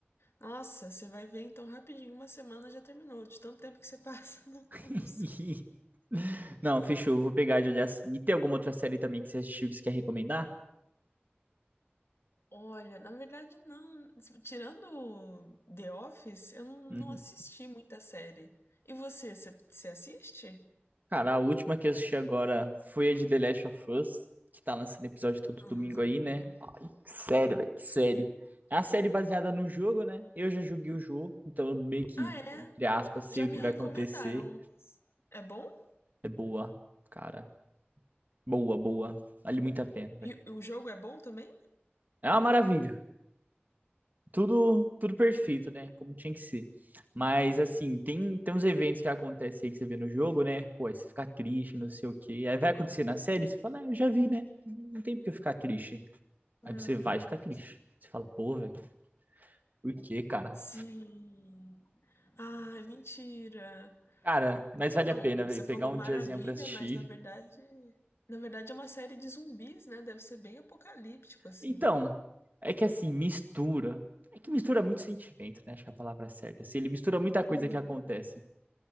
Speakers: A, on the left; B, on the right.
A: Nossa, você vai ver então rapidinho, uma semana já terminou, de tanto tempo que você passa <laughs> na condução.
B: <laughs> Não, fechou, eu vou pegar de olhar assim. E tem alguma outra série também que você assistiu que você quer recomendar?
A: Olha, na verdade não, tirando The Office, eu não,
B: Uhum.
A: não assisti muita série. E você, você você assiste?
B: Cara, a última que eu assisti agora foi a de The Last of Us, que tá lançando episódio todo domingo
A: Aham.
B: aí, né? Que série, velho, que série. É uma série baseada no jogo, né? Eu já joguei o jogo, então eu meio que,
A: Ah, é?
B: entre aspas, sei
A: Já me
B: o que
A: recomendaram.
B: vai acontecer.
A: É bom?
B: É boa, cara. Boa, boa. Vale muito a pena, velho.
A: E o jogo é bom também?
B: É uma maravilha. Tudo, tudo perfeito, né? Como tinha que ser. Mas, assim, tem, tem uns eventos que acontecem aí que você vê no jogo, né? Pô, aí você fica triste, não sei o quê. Aí vai acontecer na série, você fala, ah, eu já vi, né? Não tem por que eu ficar triste.
A: Uhum.
B: Aí você vai ficar triste. Você fala, pô, velho, por quê, cara?
A: Sim. Ah, mentira.
B: Cara, mas
A: Então,
B: vale a pena, velho,
A: você falou
B: pegar um
A: maravilha,
B: diazinho pra assistir.
A: mas na verdade, na verdade é uma série de zumbis, né? Deve ser bem apocalíptico assim.
B: Então, é que assim, mistura. É que mistura muito sentimento, né? Acho que é a palavra certa. Assim, ele mistura muita coisa
A: Hum,
B: que acontece.